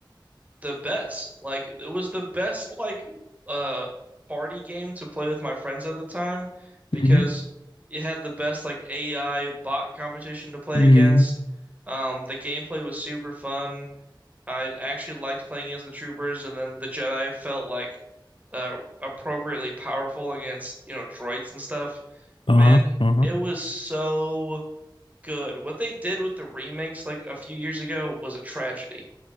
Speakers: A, on the right; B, on the left.
A: the best. Like it was the best like uh party game to play with my friends at the time because
B: hmm
A: it had the best like AI bot competition to play
B: hmm
A: against. Um, the gameplay was super fun. I actually liked playing as the troopers, and then the Jedi felt like uh, appropriately powerful against you know droids and stuff.
B: Uh-huh.
A: Man,
B: Uh-huh.
A: it was so good. What they did with the remakes like a few years ago was a tragedy.